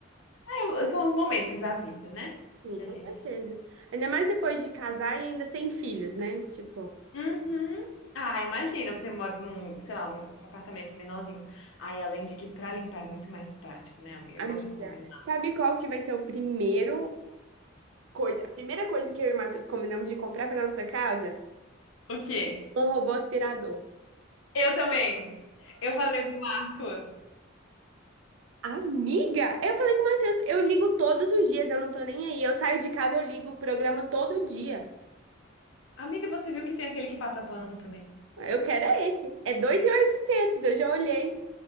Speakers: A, on the left (about 70°); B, on the right (about 75°).
A: É, são os momentos da vida, né?
B: Sim,
A: Que
B: com
A: a gente
B: certeza. Ainda mais depois de casar e ainda sem filhos, né? Tipo,
A: Uhum. Ah, imagina, você mora num, sei lá, um apartamento menorzinho. Ai, além de que pra limpar é muito mais prático, né, amiga?
B: amiga,
A: Vamos combinar.
B: sabe qual que vai ser o primeiro coisa, a primeira coisa que eu e o Matheus combinamos de comprar para nossa casa?
A: O quê?
B: Um robô aspirador.
A: Eu também. Eu falei pro Marcos.
B: Amiga, eu falei com o Matheus, eu ligo todos os dias, eu não tô nem aí. Eu saio de casa, eu ligo o programa todo dia.
A: Amiga, você viu que tem aquele que passa pano também?
B: Eu quero é esse. É dois mil e oitocentos eu já olhei.